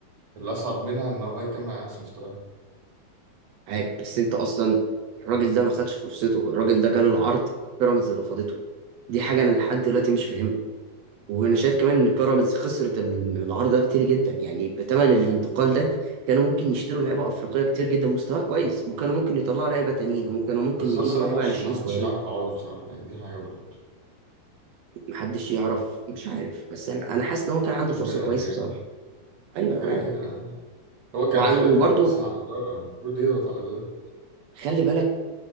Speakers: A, on the right (about 55°); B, on the right (about 80°).
A: اللي أصعب منها إن هو يكمل على نفس مستواه
B: معاك بس انت اصلا الراجل ده ما خدش فرصته الراجل ده جاله العرض بيراميدز رفضته دي حاجه انا لحد دلوقتي مش فاهمها وانا شايف كمان ان بيراميدز خسرت ال- العرض ده كتير جدا يعني بثمن الانتقال
A: مم.
B: ده كانوا ممكن يشتروا لعيبه افريقيه كتير جدا مستواها كويس وكانوا ممكن يطلعوا لعيبه تانيين وكانوا ممكن
A: بس
B: يجيبوا
A: هو الصراحة
B: لعيبه
A: محدش
B: ناشئين
A: محدش
B: صغيرين
A: يعرف يعوضه بصراحة يعني دي حاجة برضه
B: محدش يعرف مش عارف بس انا انا حاسس ان هو كان عنده فرصه
A: بيراميدز
B: كويسه
A: يعني
B: بصراحه ايوه انا
A: كده
B: معاك
A: كده يعني. هو كان
B: وعن
A: المفروض
B: وبرده
A: يضغط أصلا على الإدارة المفروض يضغط على الإدارة
B: خلي بالك